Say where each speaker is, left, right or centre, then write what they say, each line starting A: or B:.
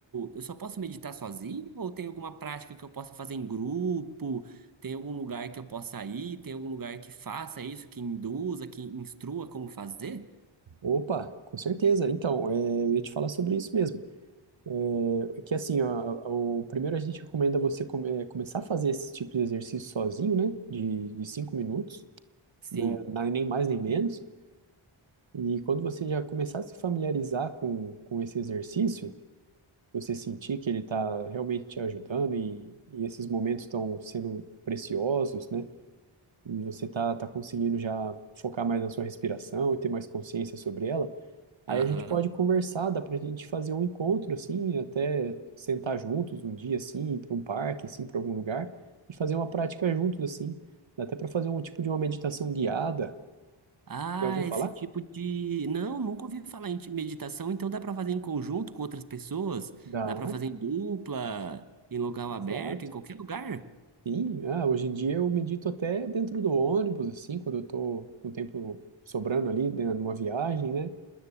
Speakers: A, on the right; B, on the right.
A: Eu só posso meditar sozinho? Ou tem alguma prática que eu possa fazer em grupo? Tem algum lugar que eu possa ir? Tem algum lugar que faça isso, que induza, que instrua como fazer?
B: Opa, com certeza. Então, é, eu ia te falar sobre isso mesmo. É é que assim, ó, o primeiro a gente recomenda você come- começar a fazer esse tipo de exercício sozinho, né? De, de cinco minutos,
A: Sim.
B: né? na- Nem mais nem menos. E quando você já começar a se familiarizar com, com esse exercício, você sentir que ele está realmente te ajudando e, e esses momentos estão sendo preciosos, né? E você tá, tá conseguindo já focar mais na sua respiração e ter mais consciência sobre ela,
A: Aham.
B: Aí a gente pode conversar, dá pra gente fazer um encontro, assim, até sentar juntos um dia, assim, ir pra um parque, assim, pra algum lugar, e fazer uma prática juntos, assim. Dá até pra fazer um tipo de uma meditação guiada.
A: Ah,
B: Já ouviu
A: esse
B: falar?
A: tipo de. Não, nunca ouvi falar em meditação, então dá para fazer em conjunto com outras pessoas?
B: Dá,
A: Dá para fazer em dupla, em local
B: exato.
A: aberto, em qualquer lugar?
B: Sim, ah, hoje em dia eu medito até dentro do ônibus, assim, quando eu tô com o tempo sobrando ali, né, numa viagem, né?